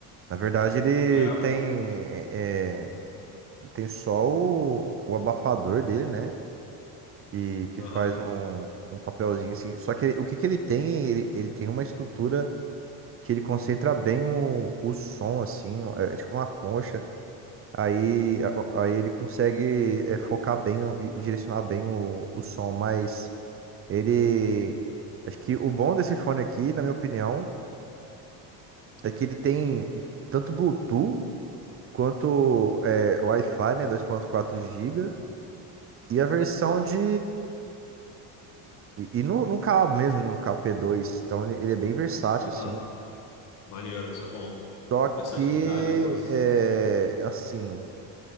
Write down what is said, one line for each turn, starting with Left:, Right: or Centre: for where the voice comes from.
Right: Na verdade, ele
Left: É,
Right: tem, é, é, ele tem só o, o abafador dele, né? Que, que
Left: aham,
Right: faz um, um papelzinho assim. Só que ele- o que, que ele tem? Ele, ele tem uma estrutura que ele concentra bem o, o som, assim, é, é tipo uma concha. Aí, a- aí ele consegue é, focar bem e e direcionar bem o, o som, mas. Ele. Acho que o bom desse fone aqui, na minha opinião, é que ele tem tanto Bluetooth quanto é, Wi-Fi, né? dois ponto quatro GB. E a versão de. E, e no, no cabo mesmo, né, no cabo p dois Então ele ele é bem versátil,
Left: aham.
Right: assim.
Left: Maneiro, isso é bom.
Right: Só
Left: Versatilidade
Right: que.
Left: eu gosto.
Right: É,
Left: Bom.
Right: assim.